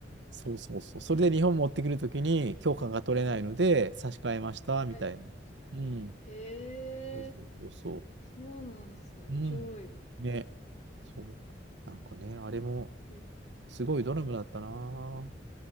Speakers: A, on the right (about 85°); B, on the left (about 40°).
A: そうそうそう。それで日本持ってくるときに許可が取れないので、差し替えました、みたいな。
B: はい。
A: うん。
B: へえ、
A: そうそうそうそ
B: そうなんですね。面白い。
A: う。うん。ね。そう。なんかね、
B: うん。
A: あれも、
B: え、
A: すごいドラマだったな。も